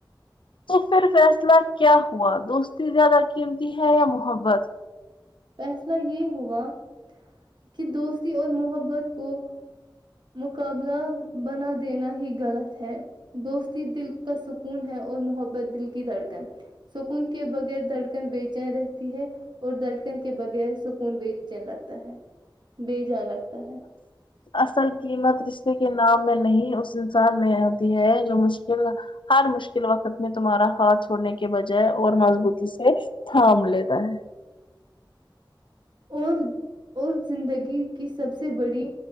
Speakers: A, on the left; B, on the right.
A: تو پھر فیصلہ کیا ہوا دوستی زیادہ قیمتی ہے یا محبت
B: فیصلہ یہ ہوا کہ دوستی اور محبت کو مقابلہ بنا دینا ہی غلط ہے دوستی دل کا سکون ہے اور محبت دل کی دھڑکن سکون کے بغیر دھڑکن بے چین رہتی ہے اور دھڑ کن کے بغیر سکون بےچین لگتا ہے بےجان لگتا ہے
A: <inaudible> اصل قیمت رشتے کے نام میں نہیں اس انسان میں آتی ہے جو مشکل ہر مشکل وقت میں تمہارا ہاتھ چھوڑنے کے بجائے اور مضبوطی سے تھام لیتا ہے <inaudible>
B: اور اور زندگی کی سب سے بڑی